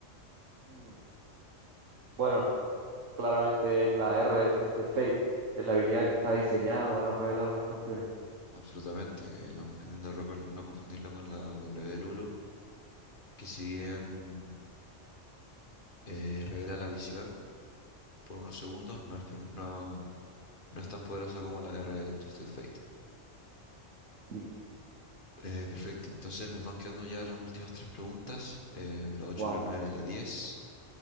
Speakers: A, on the right; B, on the left.
A: Mm. Bueno, claramente es la R de Twisted Fate, es la habilidad que está diseñada para revelar a los campeones.
B: Absolutamente, eh, no confundirlo con, no confundirlo con la W de Lulu, que si bien eh, revela la visión por unos segundos, no es, per- no, no es tan poderosa como la R de Twisted Fate.
A: Sí,
B: Eh, perfecto, entonces nos van quedando ya las últimas tres preguntas, eh, la ocho,
A: wow.
B: la 9 y la 10.